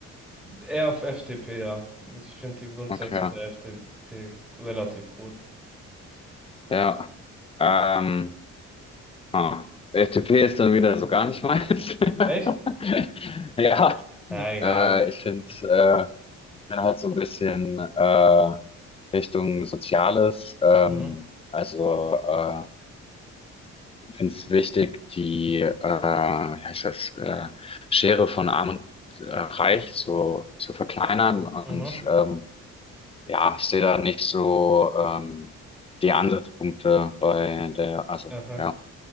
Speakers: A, in the centre; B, on the left.
A: Eher auf FDP, ja. Ich finde die Grundsätze
B: Okay.
A: der FDP relativ cool.
B: Ja, ähm, ah, FDP ist dann wieder so gar nicht meins. <laughs>
A: Echt?
B: Ja,
A: Ja, egal.
B: äh, ich finde,
A: Ja.
B: äh, bin halt so ein bisschen äh, Richtung Soziales. Ähm,
A: Mhm.
B: also äh, finde es wichtig, die, äh, wie heißt das, äh, Schere von Arm und äh, Reich so zu verkleinern. Und
A: Mhm.
B: ähm, ja, ich sehe da nicht so ähm, die Ansatzpunkte bei der, also
A: Aha.
B: ja.